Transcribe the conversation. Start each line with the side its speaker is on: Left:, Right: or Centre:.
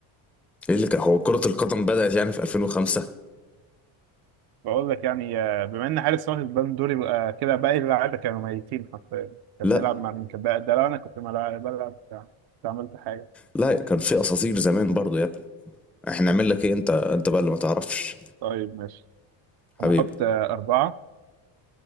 Centre: ايه اللي كان هو كره القدم بدات يعني في 2005
Right: بقول لك يعني آه، بما ان حارس واخد بالون دور يبقى كده باقي اللعيبه كانوا ميتين حرفيا كان
Centre: لا
Right: بيلعب مع مين كان بقى- ده لو انا كنت بلعب بلعب بتاع كنت عملت حاجه
Centre: لا كان في اساطير زمان برضو يا ابني احنا نعمل لك ايه انت انت بقى اللي ما تعرفش
Right: طيب ماشي
Centre: حبيبي
Right: انا احط آه، اربعه